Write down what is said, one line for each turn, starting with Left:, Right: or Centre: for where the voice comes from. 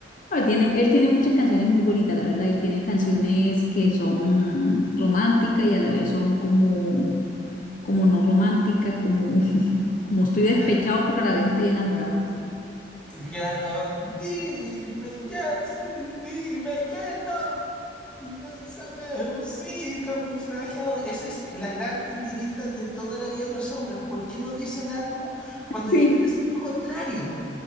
Left: Ah, tiene, él tiene muchas canciones muy bonitas, la verdad, y tiene canciones que son románticas y a la vez son como, como no románticas, como, <laughs> como estoy despechado,
Centre: Claro.
Left: pero a la vez estoy enamorado.
Centre: Claro, dime que sí, dime que no. Y lánzame un sí camuflajeado. Esa es la gran indirecta de toda la vida de los hombres. ¿Por qué no dicen algo cuando
Left: Sí,
Centre: quieren decir lo contrario?